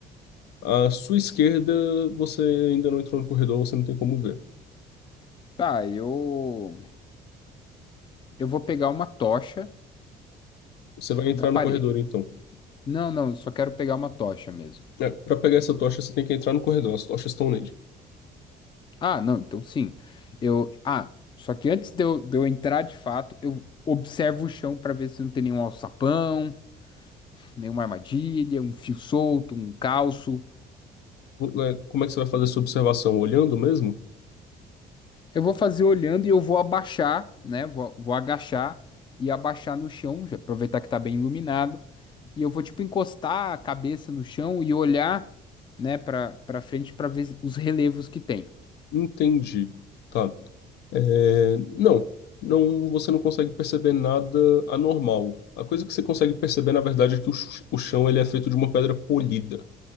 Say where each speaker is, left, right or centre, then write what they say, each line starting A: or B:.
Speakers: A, on the left; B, on the left.
A: À sua esquerda, você ainda não entrou no corredor, você não tem como ver.
B: Tá, eu eu vou pegar uma tocha
A: Você vai entrar
B: da parede.
A: no corredor, então.
B: Não, não, eu só quero pegar uma tocha mesmo.
A: É, para pegar essa tocha, você tem que entrar no corredor, as tochas estão nele.
B: Ah, não, então sim. Eu, ah, só que antes de eu, de eu entrar de fato, eu observo o chão para ver se não tem nenhum alçapão, nenhuma armadilha, um fio solto, um calço.
A: Eh, Como é que você vai fazer essa observação? Olhando mesmo?
B: Eu vou fazer olhando e eu vou abaixar, né? Vou, vou agachar e abaixar no chão, já aproveitar que tá bem iluminado, e eu vou tipo encostar a cabeça no chão e olhar, né, para para frente para ver os relevos que tem.
A: Entendi. Tá. É, não, não, você não consegue perceber nada anormal. A coisa que você consegue perceber, na verdade, é que o, ch- o chão ele é feito de uma pedra polida,